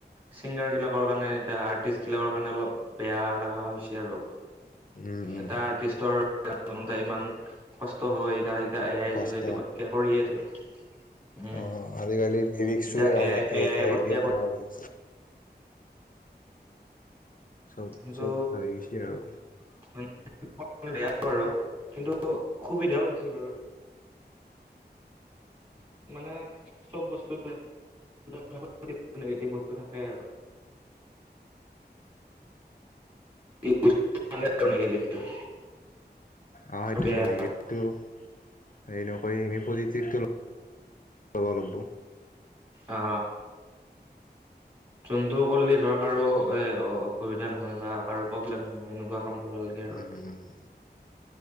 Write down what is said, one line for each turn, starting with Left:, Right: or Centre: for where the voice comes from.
Right: ছিংগাৰ বিলাকৰ কাৰণে। এটা আৰ্টিষ্ট বিলাকৰ কাৰণে অলপ বেয়া লগা হৈছে আৰু
Left: উম উম
Right: এটা আৰ্টিষ্টৰ। <unintelligible> ইমান কষ্ট হৈ এতিয়া, এতিয়া এ আইৰ
Left: কষ্ট
Right: যোগেদি পতকে কৰিয়ে দিয়ে। উম
Left: অ আজিকালি লিৰিক্সো
Right: এতিয়া
Left: ওলাই
Right: এ আই এ
Left: এই
Right: পতকে
Left: আই দি বনাব পাৰি। চব,
Right: সেইটো
Left: চব হৈ গৈছে আৰু।
Right: <unintelligible> বেয়া বাৰু কিন্তু সুবিধাও হৈছে বাৰু। মানে চব বস্তু <unintelligible> নেগেটিভ বস্তু থাকে আৰু। <unintelligible>
Left: অ সেইটোয়ে
Right: বেয়া
Left: এনে হেৰি নকৰি আমি পজিটিভটো ল'ব লাগবো
Right: অ যোনতটো কৰিলে ধৰ কাৰো এ অসুবিধা নহয় বা কাৰো প্ৰব্লেম নহয়নেকা কাম কৰিব লাগে আৰু
Left: উম